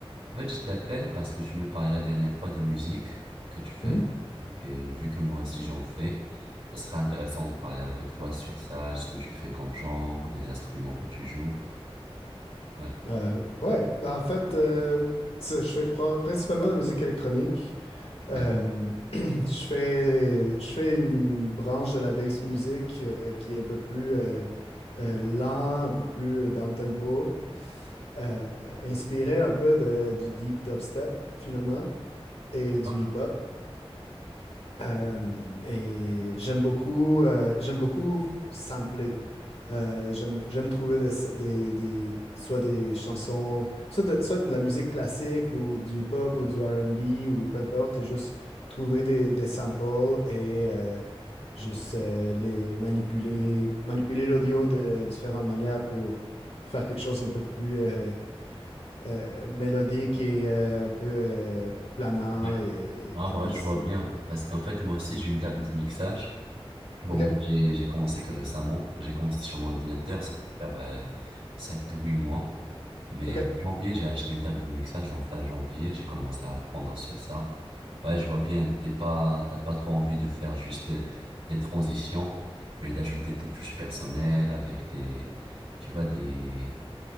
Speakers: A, on the right; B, on the left.
A: En fait, je t'appelle parce que tu me parlais la dernière fois de musique, que tu fais
B: Mhm.
A: un peu de musique, et vu que moi aussi j'en fais, ça serait intéressant de parler avec toi sur ça, ce que tu fais comme genre, des instruments que tu joues. Ouais.
B: Euh, ouais, ben en fait, euh, ça, je fais pro- principalement de la musique électronique.
A: Ouais.
B: Euh, <clears throat> je fais, je fais une branche de la bass music euh, qui est un peu plus euh, euh, lent, un peu plus euh, down-tempo, euh, inspiré un peu de- du deep dubstep finalement et du
A: Ah,
B: hip-hop. Euh, et j'aime beaucoup, euh, j'aime beaucoup sampler. Euh, j'aime, j'aime trouver des, des- des- soit des chansons, soit de, soit de la musique classique ou du hip-hop ou du R&B ou peu importe, et juste trouver des, des samples et euh, juste euh, les manipuler, manipuler l'audio de différentes manières pour faire quelque chose un peu plus euh, euh, mélodique et euh, un peu euh, planant
A: ouais.
B: et,
A: En
B: et,
A: vrai,
B: et bassy,
A: je vois bien,
B: au fond.
A: parce qu'en fait, moi aussi, j'ai une table de mixage. Bon,
B: OK,
A: moi, j'ai j'ai commencé que récemment, j'ai commencé sur mon ordinateur, ça va faire 7 ou 8 mois. Mais
B: OK,
A: en janvier, j'ai acheté une table de mixage en fin janvier. J'ai commencé à apprendre sur ça. Ouais, je vois bien, t'es pas, t'as pas trop envie de faire juste des, des transitions, mais d'ajouter tes touches personnelles avec des, tu vois, des,